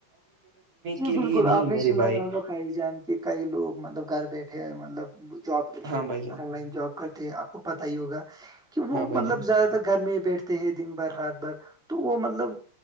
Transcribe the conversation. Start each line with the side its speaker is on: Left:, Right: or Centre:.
Centre: جی
Right: کے
Centre: بالکل
Right: لیے
Centre: آپ
Right: نہیں
Centre: نے
Right: میرے
Centre: سنا
Right: بھائی
Centre: یہاں کا خھائی جان کے کئی لوگ مطلب گھر بیٹھے مطلب جاب کرتے
Right: ہاں بھائی جان
Centre: آن لائن جاب کرتے آپ کو پتا ہی ہوگا کہ وہ
Right: ہاں بھائی
Centre: مطلب
Right: جان
Centre: زیادہ مب گھر میں بیٹھتے ہیں دن بھر رات بھر تو وہ مطلب